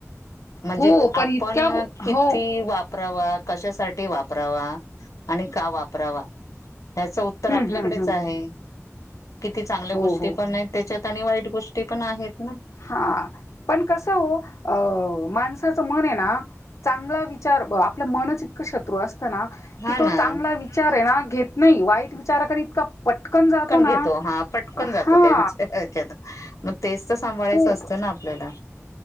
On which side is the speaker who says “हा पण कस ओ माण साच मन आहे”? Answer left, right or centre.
Left